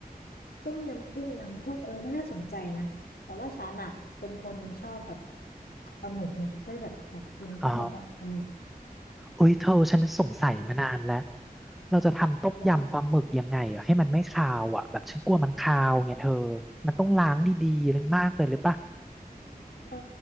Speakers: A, on the left; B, in the centre.
A: ต้มยำกุ้งน้ำข้นเออก็น่าสนใจนะแต่ว่าฉันอะเป็นคนชอบแบบปลาหมึกไงก็เลยแบบอยากกินต้มยำปลาหมึก
B: อ๋ออุ้ยเธอฉันสงสัยมานานแล้ว
A: อืม
B: เราจะทำต้มยำปลาหมึกยังไงอ่ะให้มันไม่คาวอ่ะแบบฉันกลัวมันคาวไงเธอ
A: ว่า
B: มันต้องล้างดีๆมากเลยหรือปะ
A: เออ